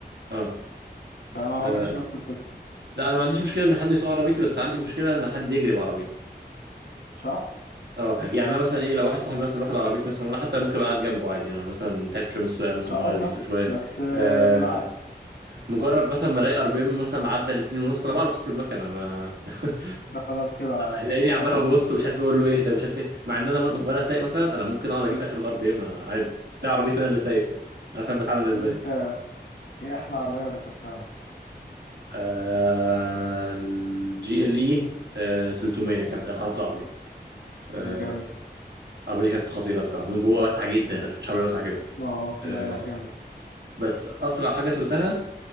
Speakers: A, on the right; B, on the left.
A: آه.
B: فما
A: آه.
B: بعملش نفس القصه
A: لا انا ما عنديش مشكلة ان حد يسوق عربيتي بس عندي مشكلة ان حد يجري بعربيتي
B: صح؟
A: اه يعني انا مثلا ايه لو واحد صاحبي مثلا واخد عربيتي مثلا وانا حتى ممكن ابقى قاعد جنبه عادي يعني انا مثلا تعبت شويه من السواقه مثلا
B: اه
A: هو اللي
B: اه فاهم
A: بيسوق شويه
B: بس آه،
A: آه.
B: بالعقل
A: مجرد مثلا ما الاقي ار بي ام مثلا عدى الاتنين ونص انا بعرف صوت المكنه انا <laughs>
B: ده خلاص كده
A: فلاقيني
B: اقف
A: عمال ببص
B: على جنب
A: ومش عارف اقول له اهدى ومش عارف ايه مع ان انا م- وانا سايق مثلا انا ممكن اقعد اجيب اخر الار بي ام عادي بس هي عربيتي
B: مم.
A: انا اللي سايق انا فاهم بتعمل ازاي
B: طب انت ايه احلى عربيه ركبتها مثلا؟
A: آه الجي ال اي 300 كانت بتاعت واحد صاحبي آه،
B: مم، جامد
A: العربيه دي كانت خطيره الصراحه من جوه واسعه جدا انا ما شفتش عربيه واسعه كده
B: اه
A: آه،
B: أه، لا لا
A: اه
B: جامد
A: بس اسرع حاجه سوقتها